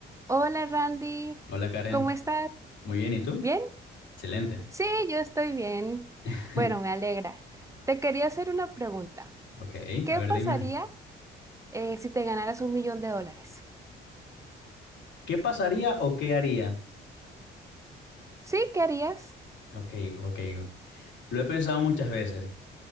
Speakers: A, on the right; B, on the left.
A: Hola Randy,
B: Hola Karen,
A: ¿cómo estás?
B: muy bien, ¿y tú?
A: ¿Bien?
B: Excelente.
A: Sí, yo estoy bien.
B: <laughs>
A: Bueno, me alegra. Te quería hacer una pregunta.
B: Ok,
A: ¿Qué
B: a ver,
A: pasaría
B: dime,
A: eh, si te ganaras un millón de dólares?
B: ¿qué pasaría o qué haría?
A: ¿Sí? ¿Qué harías?
B: Ok, ok, lo he pensado muchas veces.